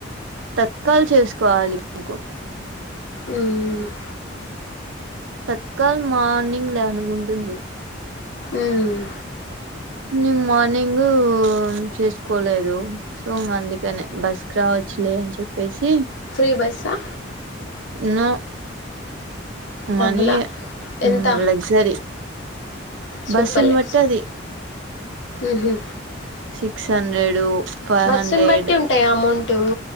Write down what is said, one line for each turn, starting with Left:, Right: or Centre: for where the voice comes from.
Right: తత్కాల్ చేసుకోవాలి <inaudible>
Left: ఉమ్
Right: తత్కాల మార్నింగ్ లవన్ కి ఉంటుంది
Left: ఉమ్
Right: నేను మార్నింగ్ చేసుకోలేదు సో అందుకనే బస్ కి రావచ్ లే అని చెప్పేసి
Left: ఫ్రీ బస్ ఆ
Right: నో మనీ
Left: డబ్బులా
Right: ఉమ్
Left: ఎంత
Right: లగ్జరి
Left: సూపర్
Right: బస్సునీ
Left: లక్స్
Right: బట్టి అది
Left: ఉహు
Right: సిక్స్ హండ్రెడు ఫైవ్
Left: బస్సుని
Right: హండ్రెడ్
Left: బట్టి ఉంటాయా అమౌంట్